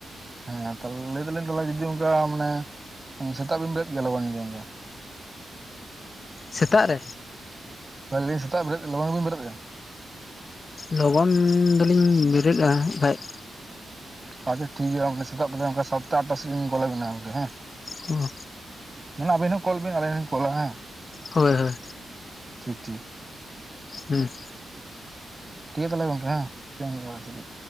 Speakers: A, on the right; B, on the left.
A: ᱦᱮᱸ ᱞᱟᱹᱭ ᱮᱫᱟᱞᱤᱧ ᱛᱟᱦᱚᱞᱮ ᱡᱩᱫᱤ ᱚᱱᱠᱟ ᱢᱟᱱᱮ ᱥᱮᱛᱟᱜ ᱵᱤᱱ ᱵᱮᱨᱮᱫ ᱜᱮᱭᱟ ᱞᱚᱜᱚᱱ ᱞᱮᱠᱟ
B: ᱥᱮᱛᱟᱜ ᱨᱮ
A: ᱦᱳᱭ ᱟᱹᱞᱤᱧ ᱥᱮᱛᱟᱜ ᱵᱮᱨᱮᱫ ᱞᱚᱜᱚᱱ ᱞᱤᱧ ᱵᱮᱨᱮᱫᱼᱟ
B: ᱞᱚᱜᱚᱱ ᱫᱚᱞᱤᱧ ᱵᱮᱨᱮᱫᱟ <unintelligible> ᱮᱠᱷᱟᱱ
A: ᱟᱪᱪᱷᱟ ᱴᱷᱤᱠ ᱜᱮᱭᱟ ᱥᱮᱛᱟᱜ ᱚᱱᱠᱟ ᱥᱟᱛᱴᱟ ᱟᱴᱴᱟ ᱥᱮᱫᱞᱤᱧ ᱠᱚᱞ ᱟᱵᱮᱱᱟ ᱜᱚᱢᱠᱮ ᱦᱮᱸ
B: ᱦᱮᱸ
A: ᱢᱟᱱᱮ ᱟᱵᱤᱱ ᱦᱚᱸ ᱠᱚᱞ ᱵᱤᱱ ᱟᱵᱮᱱ ᱦᱚᱸᱧ ᱠᱚᱞᱟ ᱦᱮᱸ
B: ᱦᱳᱭ ᱦᱳᱭ
A: ᱴᱷᱤᱠ ᱴᱷᱤᱠ
B: ᱦᱮᱸ
A: ᱴᱷᱤᱠ ᱜᱮᱭᱟ ᱛᱟᱦᱞᱮ ᱜᱚᱢᱠᱮ ᱦᱮ ᱥᱮᱱ ᱞᱮᱱᱜᱤᱧ ᱚᱲᱟᱜ ᱥᱮᱫ ᱠᱟ. ᱡ